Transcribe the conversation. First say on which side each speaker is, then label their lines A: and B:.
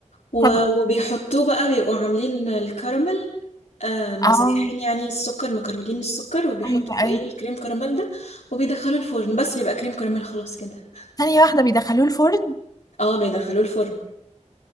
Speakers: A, on the left (about 80°); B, on the left (about 30°).
A: و-
B: طب
A: وبيحطوه بقى بيبقوا عاملين الكراميل آه، مزيحين
B: اه
A: يعني السكر مكرملين السكر وبيحطوا
B: ايوه
A: فوقيه
B: ايوه
A: الكريم كراميل ده وبيدخلوا الفرن بس بيبقى كريم كراميل خلاص كده
B: ثانية واحدة بيدخلوه الفرن
A: اه بيدخلوه الفرن